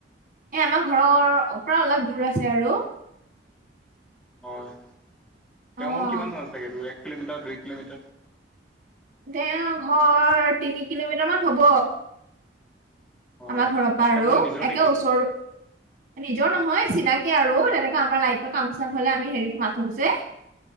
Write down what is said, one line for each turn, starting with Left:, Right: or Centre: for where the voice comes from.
Right: এ আমাৰ ঘৰৰ অপৰা অলপ দূৰ আছে আৰু।
Centre: হয় তেওঁ
Right: অ'।
Centre: কিমানমান চাগে দুই এক কিলোমিটাৰ দুই কিলোমিটাৰ
Right: তেওঁৰ ঘৰ তিনি কিলোমিটাৰ মান হ'ব।
Centre: অ
Right: আমাৰ ঘৰৰ পৰা
Centre: তেওঁ
Right: আৰু
Centre: আপোনাৰ নিজৰ নেকি
Right: একে ওচৰো নিজৰ নহয় চিনাকি আৰু তেনেকা আমাৰ লাইটৰ কাম চাম হলে আমি হেৰিত মাতো যে